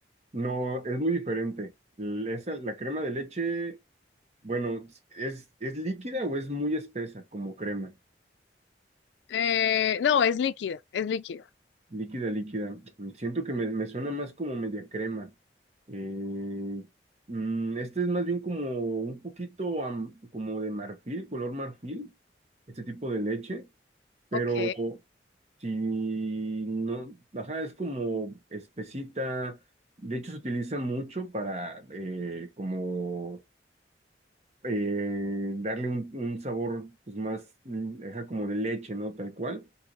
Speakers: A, on the right; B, on the left.
A: no, es muy diferente. L- esa- la crema de leche, bueno, ¿es, es líquida o es muy espesa como crema?
B: Eh, no, es líquida, es líquida.
A: Líquida, líquida. Siento que me, me suena más como media crema. Eh, mm, este es más bien como un poquito am- como de marfil, color marfil, este tipo de leche, pero
B: Ok,
A: si no, ajá, es como espesita. De hecho, se utiliza mucho para eh, como eh, darle un, un sabor pues, más mm, ajá, como de leche, ¿no? Tal cual.